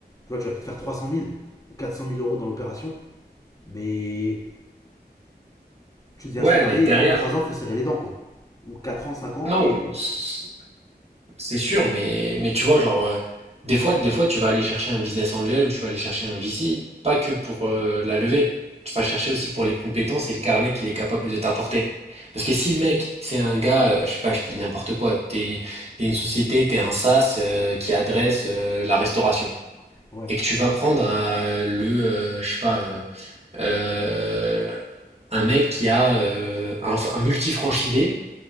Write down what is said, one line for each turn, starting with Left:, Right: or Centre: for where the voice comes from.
Left: Tu vois, tu vas peut-être faire 300 000 ou 400 000 euros dans l'opération, mais tu deviens
Right: Ouais,
Left: salarié
Right: mais derrière,
Left: et pendant 3 ans, faut serrer les dents, quoi. Ou 4 ans, 5 ans,
Right: Non,
Left: et
Right: c- c'est sûr, mais, mais tu vois, genre, euh, des fois, des fois, tu vas aller chercher un business angel, tu vas aller chercher un VC, pas que pour euh, la levée. Tu vas le chercher aussi pour les compétences et le carnet qu'il est capable de t'apporter. Parce que si le mec, c'est un gars, euh, je sais pas, je dis n'importe quoi, t'es, t'es une société, t'es un SaaS euh, qui adresse euh, la restauration,
Left: ouais,
Right: et que tu vas prendre euh, le, euh, je sais pas, euh, euh, un mec qui a euh, un, un multi-franchisé